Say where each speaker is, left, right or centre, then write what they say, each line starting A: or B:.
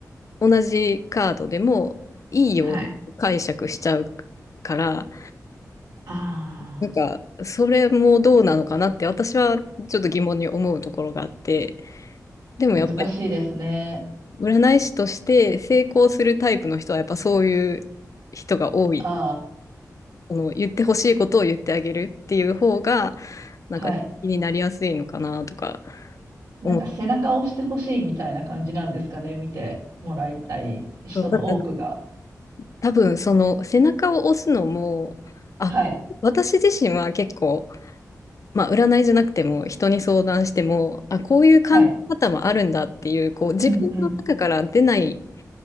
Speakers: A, on the left; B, on the right.
A: 同じカードでもいいように解釈しちゃう
B: あ、はい。
A: から、
B: あ
A: なんか、
B: あ。
A: それもどうなのかなって私はちょっと疑問に思うところがあって、でもやっぱり
B: 難しいですね。
A: 占い師として成功するタイプの人はやっぱそういう人が多い
B: あ
A: その言ってほしいことを言ってあげるっていう方が、なんか気になりやすいのかなとか
B: あ、はい。なんか背中を押してほしいみたいな感じなんですかね、
A: 思って
B: 見てもらいたい人の多くが。
A: そう、だから多分その背中を押すのも、あ、
B: はい、
A: 私自身は結構、まあ占いじゃなくても人に相談しても、あ、こういう考え方もあるんだっていう、
B: はい、
A: こう自分の中から出ない
B: うん、うん、